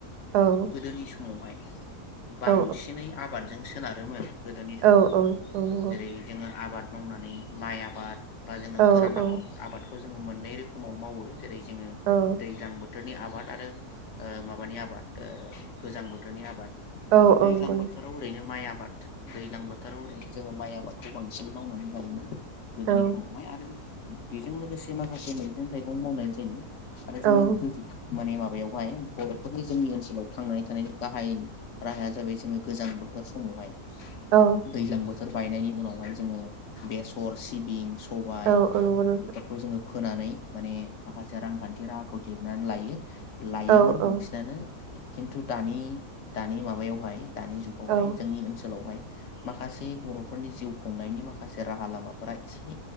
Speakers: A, on the right; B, on the left.
A: औ
B: गोदोनि समावहाय बांसिनै
A: औ
B: आबादजों स सोनारोमोन गोदोनि समावबो
A: औ औ नंगौ
B: जेरै जोङो आबाद मावनानै माइ आबाद बा जोङो
A: औ
B: गोरान
A: औ
B: आबाद आबाद खौ जों मोननै रो खोमाव मावो। जेरै जोङो
A: औ
B: दैज्लां बो बोथोरनि आबाद आरो ओ माबानि आबाद ओ गोजां बोथोरनि आबाद जोङो
A: औ औ
B: दैज्लां
A: नंगौ
B: बोथोराव ओरैनो माइ आ बाद दैजलां बोथोराव ओरैनो जोङो माइ आबादखौ बांसिन मावनानै जायोना। गोदोनि
A: औ
B: समावहाय आरो बेजों लोगोसे से माखासे मै गं थाइगं मावनाय जायो। आरो जोंङो
A: औ
B: गोजो माने माबायावहाय बर'फोरनि जोंनि ओनसोलाव थांनानै थानायनि गाहाय राहाया जाबाय जोङो गोजां बोथोर समावहाय
A: औ
B: दैज्लां बो थोर बायनायनि उनावहाय जोङो बेसर सिबिं सबाय
A: औ औ नंगौ नोंथां
B: बेफोरखौ जोङो फोनानै माने माखासे रांखान्थि राहाखौ दिहुननानै लायो। लायोमोन
A: औ औ
B: बांसिनानो खिन्थु दानि दानि माबायावहाय दानि जुगावहाय
A: औ
B: जोंनि ओनसोलावहाय माखासे बर'फोरनि जिउ खुंनायनि माखासे राहा लामाफोरा एसे